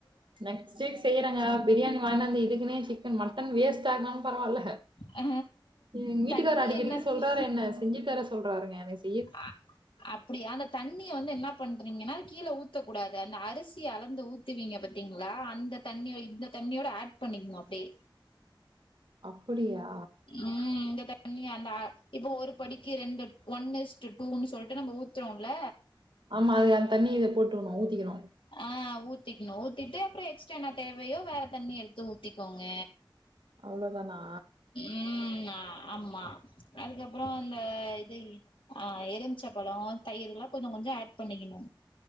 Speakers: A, on the right; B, on the left.
A: நெக்ஸ்ட் வீக் செய்றங்க பிரியாணி வாங்கினாந்து இதுக்குன்னே சிக்கன் மட் டன் வேஸ்ட் வேஸ்டானலு பரவால்ல
B: ஆ
A: ம் வீட்டுக்கார்
B: தண்ணி
A: அடிக்கடிக்கு
B: என்னத்திரி
A: சொல்றாரு யென்ன செஞ்சு தர சொல்றாருங்க வேஸ்
B: அ அப்டியா அந்த தண்ணிய வந்து என்னாப் பண்றீங்கன்னா கீழ ஊத்தக்கூடாது அந்த அரிசியளந்து ஊத்துவீங்கபாத்தீங்ளா அந்த தண்ணி இந்த தண்ணியோட ஆட் பண்ணிகனு அப்டியே
A: அப்படியா
B: ம் இந்த இப்ப ஒரு படிக்கு ரெண்டு ஒன் ஈஸ்ட் டூன்னு சொல்லிட்டு நம்ப ஊத்றோல்ல
A: ஆமா அது அந்த தண்ணி போட்டுக்கணு ஊத்திக்கணு
B: ஆஹ் ஊத்திக்கணு ஊத்திட்டு அப்ற எக்ஸ்ட்ரா என்ன தேவயோ வேற தண்ணியெடுத்து ஊத்திக்கோங்க
A: அவ்ளோதானா
B: ம் ஆ ஆமா அதுக்கப்ற இந்த இது ஆ எலுமிச்சப்பழ தயிரெல்லா கொஞ்ச கொஞ்ச ஆட் பண்ணிக்கனு